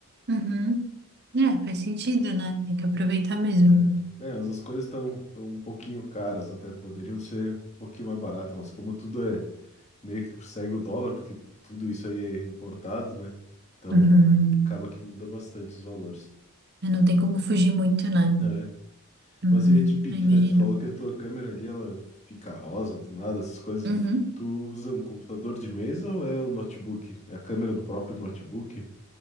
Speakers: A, on the right (about 45°); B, on the left (about 30°).
A: Uhum. É, faz sentido, né? Tem que aproveitar mesmo.
B: né? É, mas as coisas estão tão tão um pouquinho caras, até poderiam ser um pouquinho mais baratas, mas como tudo é meio que segue o dólar, porque tudo isso aí é importado, né? Então
A: Uhum.
B: acaba que muda bastante os valores.
A: É, Não tem como fugir muito, né?
B: É.
A: Uhum.
B: Mas eu ia te pedir,
A: Eu imagino.
B: né? Tu falou que a tua câmera ali, ela fica rosa do nada, essas coisas.
A: Uhum.
B: Tu usa um computador de mesa ou é o notebook? É a câmera do próprio notebook?